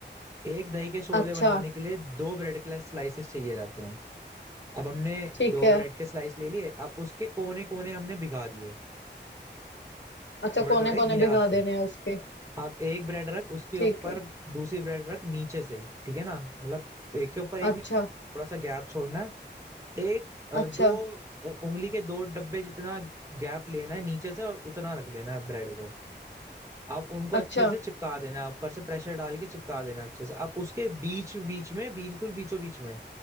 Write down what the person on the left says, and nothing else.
अच्छा
ठीक
है
अच्छा
कोने
कोने
भिगा
देने हैं उसके
ठीक
है
अच्छा
अच्छा
अच्छा